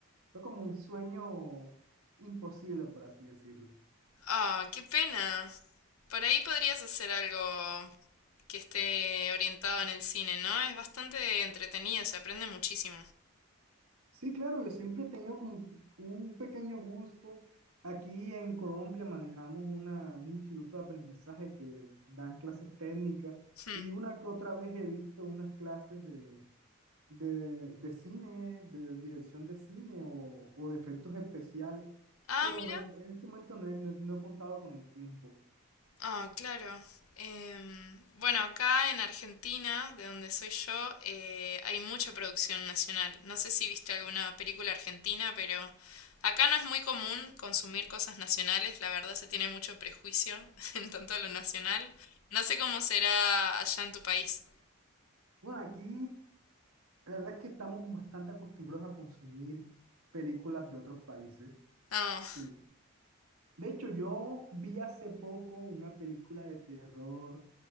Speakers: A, on the right (about 80°); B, on the left (about 80°).
A: Fue como un sueño imposible, por así decirlo.
B: Ah, qué pena. Por ahí podrías hacer algo que esté orientado en el cine, ¿no? Es bastante entretenido, se aprende muchísimo.
A: Sí, claro, yo siempre he tenido como un pequeño gusto. Aquí en Colombia manejamos una, un instituto de aprendizaje que dan clases técnicas
B: Hmm.
A: y una que otra vez he visto unas clases de, de, de cine, de dirección de cine o, o de efectos especiales,
B: Ah,
A: pero
B: mira.
A: no he- en este momento no he, no he no he contado con el tiempo.
B: Ah, claro. Em, bueno, acá en Argentina, de donde soy yo, eh, hay mucha producción nacional. No sé si viste alguna película argentina, pero acá no es muy común consumir cosas nacionales. La verdad se tiene mucho prejuicio <laughs> en tanto a lo nacional. No sé cómo será allá en tu país.
A: Bueno, aquí la verdad es que estamos bastante acostumbrados a consumir películas de otros países.
B: Oh,
A: Sí. De hecho, yo vi hace poco una película de terror